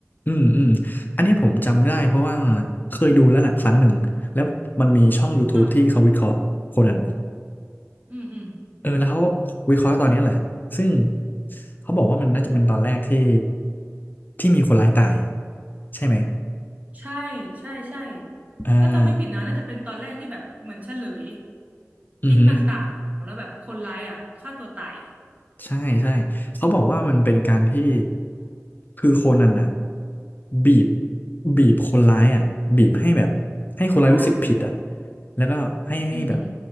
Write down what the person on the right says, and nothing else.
โอืม
อ่า
อืมอืม
ใช่ใช่ใช่
ถ้าจำไม่ผิดนะน่าจะเป็นตอนแรกที่แบบเหมือนเฉลย
ทิศต่างๆแล้วแบบคนร้ายอ่ะฆ่าตัวตาย
ใช่
อืมอืม